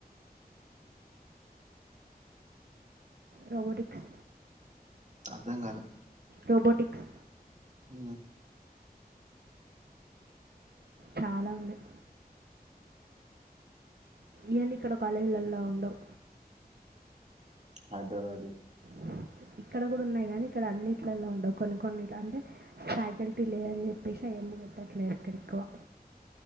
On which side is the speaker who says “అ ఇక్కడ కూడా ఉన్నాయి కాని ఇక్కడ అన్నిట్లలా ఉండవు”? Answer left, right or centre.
Right